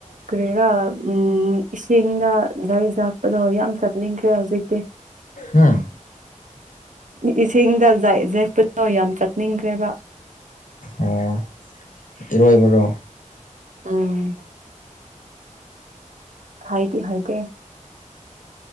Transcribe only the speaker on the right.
ꯀꯔꯤꯔ ꯎꯝ ꯎꯝ ꯏꯁꯤꯡꯗ ꯂꯩꯁꯥꯠꯄꯗꯣ ꯌꯥꯝ ꯆꯠꯅꯤꯡꯈ꯭ꯔꯦ ꯍꯧꯖꯤꯛꯇꯤ
ꯏꯁꯤꯡꯗ ꯖꯦꯛꯄꯗꯣ ꯌꯥꯝ ꯆꯠꯅꯤꯡꯈ꯭ꯔꯦꯕ
ꯎꯝ ꯍꯩꯗꯤ ꯍꯩꯇꯦ